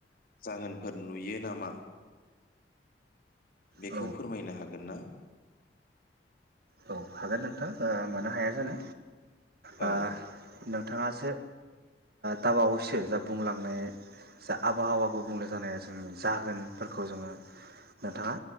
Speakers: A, on the left; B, on the right.
A: जाहोन फोर नुयो नामा? बेखौ
B: औ
A: फोरमायनो हागोन ना?
B: औ हागोन नोंथां मानो हाया जानो। आ
A: औ
B: नोंथाङा मोनसे दाबावैसो जा बुंलांनाय जा आबहावा गुबुंले जानाया जोंनि जाहोनफोरखौ जोङो नोंथाङा